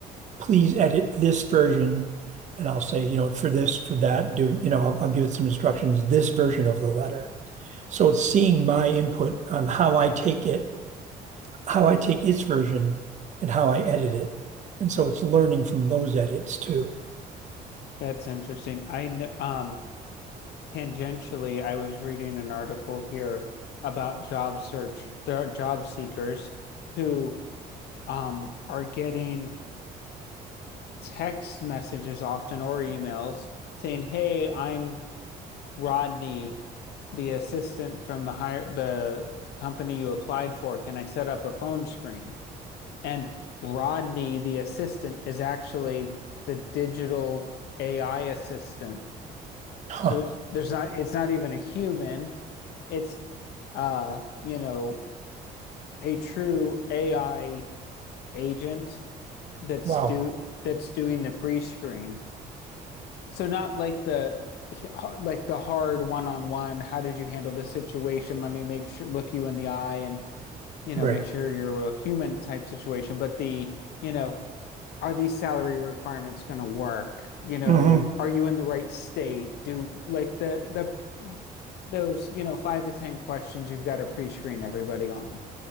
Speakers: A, on the right; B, on the left.
A: please edit this version. And I'll say, you know, for this, for that, doing, you know, I'll, I'll give it some instructions, this version of the letter. So it's seeing my input on how I take it how I take its version and how I edit it. And so it's learning from those edits too.
B: that's interesting. I know, um, tangentially, I was reading an article here about job search, there are job seekers who um are getting text messages often or emails saying, "Hey, I'm Rodney, the assistant from the hire the company you applied for, can I set up a phone screen? And Rodney, the assistant, is actually the digital AI assistant.
A: Huh.
B: So it's there's not it's not even a human. It's uh, you know, a true AI agent that's
A: Wow.
B: do that's doing the pre-screen. So not like the like the hard one-on-one, how did you handle this situation? Let me make sure look you in the eye and, you
A: Right.
B: know, make sure you're a real human type situation, but the, you know, are these salary requirements going to work? You know,
A: Mm-hmm.
B: are you in the right state? Do like the the those, you know, five to ten questions you've got to pre-screen everybody on.